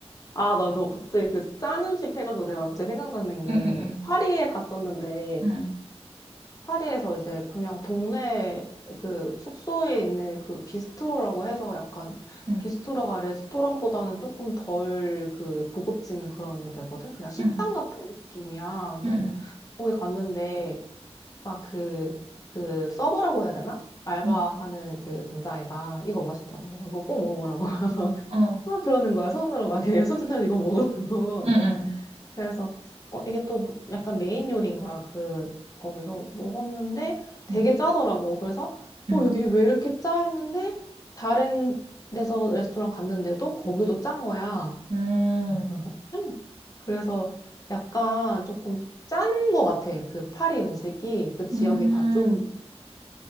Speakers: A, on the left; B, on the right.
A: 아, 나너 갑자기 그 짠 음식 해가지고 내가 갑자기 생각났는 게
B: 응, 응,
A: 파리에 갔었는데
B: 응,
A: 파리에서 이제 그냥 동네 그 숙소에 있는 그 비스트로라고 해서 약간
B: 응,
A: 비스트로가 레스토랑보다는 조금 덜 그 고급진 그런 데거든? 그냥 식당
B: 응, 응,
A: 같은 느낌이야. 근데
B: 응, 응,
A: 거기 갔는데 막 그, 그 서버라고 해야 되나? 알바하는
B: 응,
A: 그 남자애가 이거 맛있다고 이거 꼭 먹어보라고 <laughs>
B: 어,
A: 막 그러는 거야 손으로 막 이렇게 <laughs> 손짓하면 이거 먹으라고
B: 응, 응,
A: 그래서 어, 이게 또 뭐- 약간 메인 요리인 거야. 그 거기서 먹었는데 되게
B: 응,
A: 짜더라고. 그래서
B: 응.
A: 어 여기 왜 이렇게 짜 했는데 다른 데서 레스토랑 갔는데도 거기도 짠 거야.
B: 음,
A: <laughs> 그래서 약간 조금 짠 거 같아. 그 파리 음식이 그 지역이
B: 음,
A: 다 좀